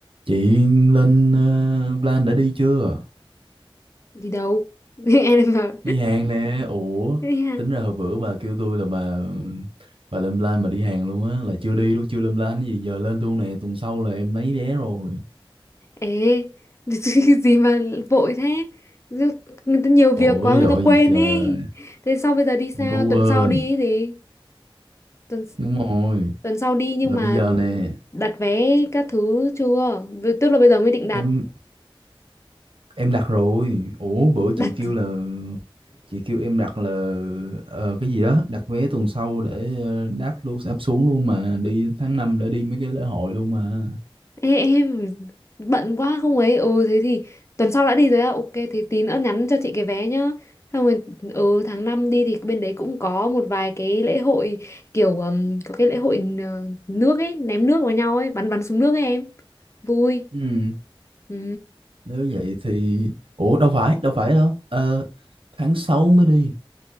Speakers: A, on the right; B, on the left.
A: Chị lên uh, plan đã đi chưa?
B: đi đâu <laughs> em bảo
A: Đi hàng Ừ. nè. Ủa,
B: Ê, hả?
A: tính ra hồi bữa bà kêu tôi là bà bà lên plan mà đi hàng luôn á, là chưa đi luôn, chưa lên plan cái gì giờ lên luôn nè, tuần sau là em lấy vé rồi.
B: Ê, <laughs> gì mà vội thế người ta nhiều việc
A: Ủa
B: quá người
A: dội
B: ta quên
A: gì trời,
B: ý thế sau bây giờ đi sao
A: không có quên.
B: tuần sau đi ý gì tuần
A: Đúng rồi,
B: tuần sau đi nhưng
A: là
B: mà
A: bây giờ nè,
B: đặt vé các thứ chưa Vì- tức là bây giờ mới định đặt
A: em em đặt rồi. Ủa bữa
B: đặt
A: chị kêu là chị kêu em đặt là ờ, cái gì đó, đặt vé tuần sau để ờ, đáp luôn đáp xuống luôn mà đi tháng 5 để đi mấy cái lễ hội luôn mà.
B: Ê, em bận quá không ấy ừ thế thì tuần sau đã đi rồi á ok thế tí nữa nhắn cho chị cái vé nhá xong rồi ừ tháng 5 đi thì bên đấy cũng có một vài cái lễ hội kiểu ừm, có cái lễ hội ờ, nước ấy ném nước vào nhau ấy bắn bắn súng nước ấy em vui
A: Ừ.
B: ừ.
A: Nếu vậy thì Ủa đâu phải đâu phải đâu Ờ, tháng 6 mới đi